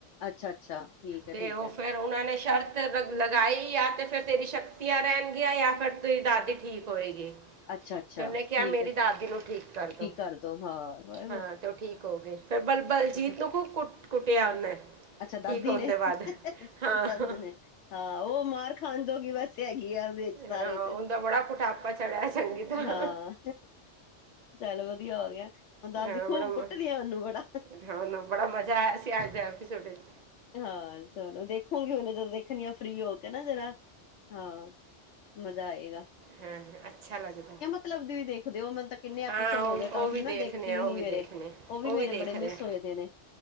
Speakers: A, on the left; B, on the right.
A: ਅੱਛਾ-ਅੱਛਾ, ਠੀਕ ਐ-ਠੀਕ
B: ਤੇ ਉਹ
A: ਐ,
B: ਫੇਰ ਉਹਨਾਂ ਨੇ ਸ਼ਰਤ ਲਗਾਈ ਆ ਤੇ ਫੇਰ ਤੇਰੀ ਸ਼ਕਤੀਆਂ ਰਹਿਣਗੀਆਂ ਜਾਂ ਫਿਰ ਤੇਰੀ ਦਾਦੀ ਠੀਕ ਖੋਏਗੀ
A: ਅੱਛਾ-ਅੱਛਾ,
B: ਤੇ ਉਹਨੇ ਕਿਹਾ
A: ਠੀਕ
B: ਮੇਰੀ
A: ਐ।
B: ਦਾਦੀ ਨੂੰ ਠੀਕ ਕਰ ਦੋ
A: ਕਰਦੋ ਹਾਂ ਹੋਏ
B: ਹਾਂ ਤੇ ਉਹ ਠੀਕ ਹੋ ਗਏ ਫੇਰ ਬਲ ਬਲਜੀਤ
A: ਅੱਛਾ,
B: ਨੂੰ ਖੂਬ ਕੁ ਕੁੱਟਿਆ ਉਹਨੇ
A: ਅੱਛਾ ਦਾਦੀ
B: ਠੀਕ ਹੋਣ
A: ਨੇ
B: ਦੇ ਬਾਅਦ
A: ਸਸ
B: ਹਾਂ
A: ਨੇ ਹਾਂ ਉਹ ਮਾਰ ਖਾਨਦੋਗੀ ਬਸ ਸਸ ਹੈਗੀ ਆ ਵਿੱਚ ਸਾਰੇ
B: ਹਾਂ
A: 'ਚ
B: ਉਹਦਾ ਬੜਾ ਕੁਟਾਪਾ ਚੜਿਆ ਚੰਗੀ ਤਰ੍ਹਾਂ
A: ਹਾਂ ਚੱਲ ਵਧੀਆ ਹੋ ਗਿਆ ਹੁਣ ਦਾਦੀ
B: ਹਾਂ
A: ਖੂਬ
B: ਬੜਾ ਮ-
A: ਕੁੱਟਦੀ ਆ ਉਹਨੂੰ ਬੜਾ
B: ਹਾਂ ਉਹਨੂੰ ਬੜਾ ਮਜ਼ਾ ਆਇਆ ਸੀ ਅੱਜ ਦੇ ਐਪੀਸੋਡ ਵਿੱਚ
A: ਹਾਂ ਚਲੋ ਦੇਖੋਗੀ ਉਹਨੇ ਜਦੋਂ ਦੇਖਣੀ ਆਂ ਫਰੀ ਹੋ ਕੇ ਨਾ ਜਰਾ ਹਾਂ ਮਜ਼ਾ ਆਏਗਾ
B: ਹਾਂ ਅੱਛਾ ਲੱਗਦਾ
A: ਮਤਲੱਬਦੀ ਵੀ ਦੇਖਦੇ ਹੋ ਮਤਨਲਬ ਕਿੰਨੇ ਐਪੀਸੋਡ
B: ਹਾਂ ਉਹ
A: ਹੋ ਗਏ, ਕਾਫੀ
B: ਉਹ ਵੀ
A: ਮੈਂ
B: ਦੇਖਨੇ
A: ਦੇਖੇ ਹੀ
B: ਆ
A: ਨੀ
B: ਉਹ ਵੀ
A: ਮੇਰੇ,
B: ਦੇਖਨੇ
A: ਓਹ ਵੀ
B: ਉਹ
A: ਮੇਰੇ
B: ਦੇਖ
A: ਬੜੇ ਮਿਸ
B: ਰਹੇ
A: ਹੋਏ ਦੇ ਨੇ।